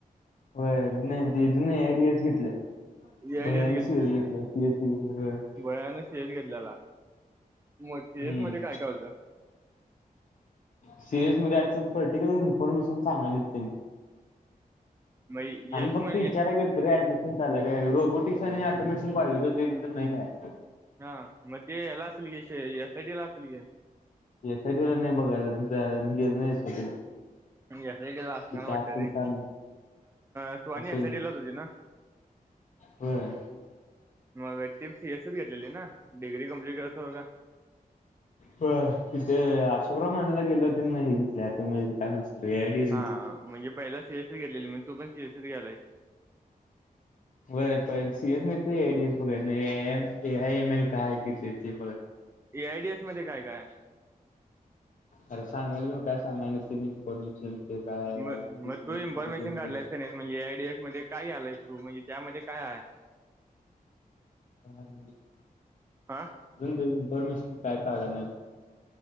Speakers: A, on the left; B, on the right.
A: नाही दीदी एआयडीएस घेतल्या.
B: एआयडीएस
A: भैय्यानं सीएस घेतलाय <unintelligible>
B: भयाने सीएस घेतलेला मग
A: हम्म
B: सीएस मध्ये काय काय होतं?
A: सीरयस मध्ये पर्टिक्युलर इन्फॉर्मेशन सांगाय नाहीत त्यांनी.
B: मग यश
A: आम्ही फक्त
B: म
A: इचाराय गेलतो रे ऍडमिशन चालू हाय काय रोबोटिक्स आणि ऑटोमेशन पाहिजे होत ते तिथं नाही आहे.
B: हा मग याला असल की एसआयटी ला असल घे.
A: एसआयटीला नाही बघायला. गेल नाही एसआयटी ला
B: एसआयटीला असणार
A: तिथं
B: वाटत
A: असेल
B: रे
A: काम
B: सुवानी
A: असेल
B: एसआयटी लाच होती ना?
A: होय.
B: मग ती सीएसइ घेतलेली ना डिग्री कम्प्लीट करायचं बघा.
A: होय. तिथे अशोकराव माने ला घेतल्या तीन हे घेतले असेल म्हजे काय ए आय डी एस
B: हा
A: घेतले.
B: म्हणजे पहिला सीएसईस गेलेली म्हण तू पण सीएसई घ्यालास.
A: होय. सीएस नाही ते एडीएस बघ ए आय एम एल काय किती ते
B: एआयडीएस मध्ये काय काय?
A: अरे सांगालोय नव काय सांगायला तिन इन्फॉर्मेशन ते काय
B: म
A: आर्टिफिशियल
B: मग तू इन्फॉर्मेशन
A: इंटेलिजन्स
B: काढलायस का नाहीस म्हणजे एआयडीएस मध्ये काय घ्यालयास तू म्हणजे त्यामध्ये काय आहे?
A: <unintelligible>
B: आ
A: अजून इन्फॉर्मेशन काय काढाय नाय.